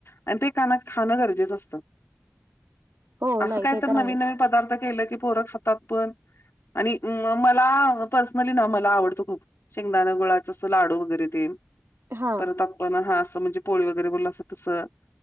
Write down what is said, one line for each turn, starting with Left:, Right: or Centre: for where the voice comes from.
Left: आणि ते काना खाणं गरजेचं असतं.
Right: हो
Left: असं
Right: नाही
Left: काय
Right: ते
Left: तर नवीन
Right: आहेच
Left: नवीन पदार्थ केलं की पोरं खातात पण आणि मला पर्सनली मला आवडतो खूप शेंगदाणा गुळाचा अस लाडू वगैरे ते
Right: हा
Left: परत आपण हा असं म्हणजे पोळी वगैरे बोलला असं तसं